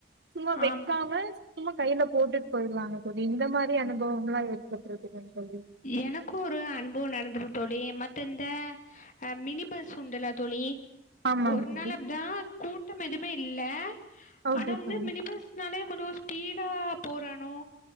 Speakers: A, on the right; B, on the left.
A: சும்மா வெக்காம
B: ஆம்
A: சும்மா கையில போட்டுட்டு போயிருவாங்க தோழி இந்த மாரி அனுபவமல்லா ஏற்பட்டிருக்கு தோழி
B: எனக்கு ஒரு அனுபவோ நடந்துருக்கு தோழி மத்த இந்த மினி பஸ் உண்டல்ல தோழி
A: ஆமாங்
B: ஒரு
A: தோழி
B: நாள் அப்டிதா கூட்டம் எதுவுமே இல்ல
A: ஓகே
B: ஆனா வந்து
A: தோழி
B: மினி பஸ்னாலே கொஞ்சோ ஸ்பீடா போறணு